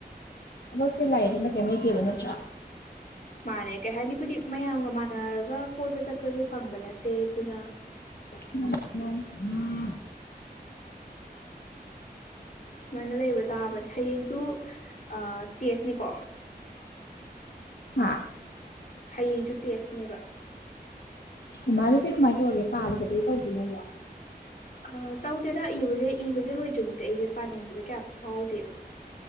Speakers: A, on the left; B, on the left.
A: ꯑꯃꯁꯦ ꯂꯥꯏꯌꯦ <unintelligible> ꯂꯩ ꯀꯩꯏꯝ ꯂꯩꯇꯦꯕ ꯅꯠꯇ꯭ꯔꯥ
B: ꯃꯥꯥꯟꯅꯩ ꯀꯩ ꯍꯥꯏꯅꯤꯈꯗꯤ ꯃꯌꯥꯝꯒ ꯃꯥꯟꯅꯔꯒ ꯀꯣꯏꯕ ꯆꯠꯄꯁꯨ ꯐꯪꯕ ꯅꯠꯇꯦ ꯑꯗꯨꯅ
A: ꯎꯝ
B: ꯁꯨꯃꯥꯏꯅ ꯂꯩꯕ ꯇꯥꯕꯅꯦ ꯍꯌꯦꯡꯁꯨ ꯑꯥ ꯇꯦꯁꯅꯤꯀꯣ
A: ꯍꯥ
B: ꯍꯌꯦꯡꯖꯨ ꯇꯦꯁꯅꯦꯕ
A: ꯏꯃꯥꯗꯨꯗꯤ ꯀꯃꯥꯏꯅ ꯇꯧꯔꯒꯦ ꯄꯥꯕ ꯈꯣꯠ ꯇꯧꯗꯣꯏꯅꯣꯕ
B: ꯑ ꯇꯧꯗꯦꯗ ꯏꯕꯁꯦ ꯏꯕꯁꯦ ꯂꯣꯏꯗ꯭ꯔꯤꯐꯥꯎꯗꯤ ꯑꯩꯁꯦ ꯄꯥꯅꯤꯡꯕꯁꯦ ꯀꯌꯥ ꯐꯥꯎꯗꯦꯕ